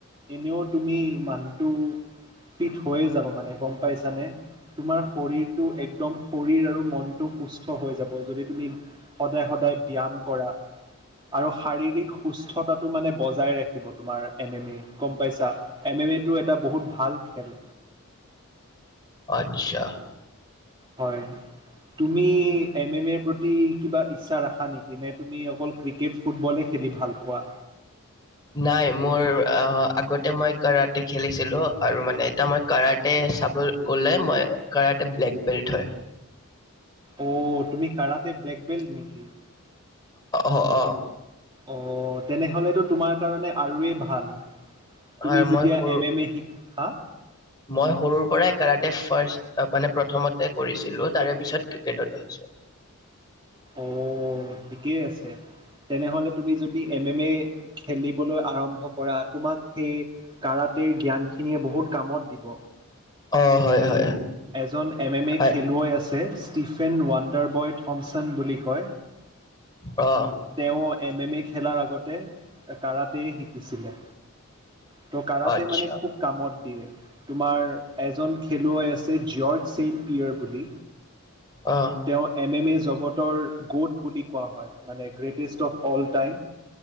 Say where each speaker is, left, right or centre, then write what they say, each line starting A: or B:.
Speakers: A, on the right; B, on the left.
A: এনেও তুমি মানুহটো ফিট হৈয়ে যাব মানে গম পাইছানে। তোমাৰ শৰীৰটো একদম শৰীৰ আৰু মনটো সুস্থ হৈ যাব যদি তুমি সদায় সদায় ব্যায়াম কৰা। আৰু শাৰীৰিক সুস্থতাটো মানে বজাই ৰাখিব তোমাৰ এম এম এ। গম পাইছা এম এম এটো এটা বহুত ভাল খেল।
B: আচ্ছা।
A: হয়, তুমি এম এম এৰ প্ৰতি কিবা ইচ্ছা ৰাখা নেকি নে তুমি অকল ক্ৰিকেট ফুটবলে খেলি ভাল পোৱা
B: <inaudible> নাই মোৰ অ, আগতে মই কাৰাতে খেলিছিলো আৰু মানে এতিয়া মই কাৰাতে চাবল গ'লে মই কাৰাটে ব্লেক বেল্ট হয়।
A: অ', তুমি কাৰাটে ব্লেক বেল্ট নেকি?
B: অ', অ',
A: অ', তেনেহলেতো তোমাৰ কাৰণে আৰু ৱেই ভাল। তুমি
B: আৰু মই
A: যেতিয়া
B: সৰু
A: এম এম এ শিকখা
B: মই সৰুৰ পৰাই কাৰতে ফাৰ্ষ মানে প্ৰথমতে কৰিছিলোঁ তাৰে পিছত ক্ৰিকেটত আহিছো। <inaudible>
A: অ', ঠিকেই আছে। তেনেহলে তুমি যদি এম এম এ খেলিবলৈ আৰম্ভ কৰা তোমাক সেই কাৰ টে জ্ঞানখিনিয়ে বহুত কামত দিব।
B: অ', হয়, হয়।
A: এজন এম এম এ
B: আ-
A: খেলুৱৈ আছে ষ্টিফেন ৱাণ্ডাৰবয়ত থম্পচন বুলি কয়।
B: অ',
A: তেওঁ এম এম এ খেলাৰ আগতে কাৰাতেই শিকিছিলে। ত' কাৰাতে
B: আচ্ছা
A: মানে খুব কামত দিয়ে তোমাৰ এজন খেলুৱৈ আছে জিয়ৰ্জ চেইণ্ট পিয়ৰ বুলি।
B: অ',
A: তেওঁ এম এম এ জগতৰ গোদ বুলি কোৱা হয়। মানে গ্ৰেটেষ্ট অফ অল টাইম,